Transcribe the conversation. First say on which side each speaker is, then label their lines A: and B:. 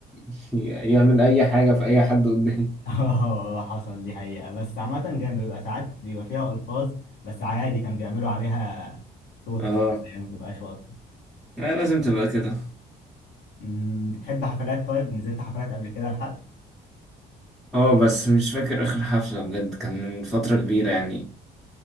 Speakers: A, in the centre; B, on the left.
A: <laughs> يعمل اي حاجة في اي حد قدامي
B: اه حصل دي حقيقة بس عامة كان بيبقى ساعات بيبقى فيها ألفاظ بس عادي كان بيعملوا عليها صوت
A: اه
B: كده اللي هي ما تبقاش واضحة
A: آه، لازم تبقى كده
B: أمم، بتحب حفلات طيب نزلت حفلات قبل كده لحد
A: اه بس مش فاكر اخر حفلة بجد كان من فترة كبيرة يعني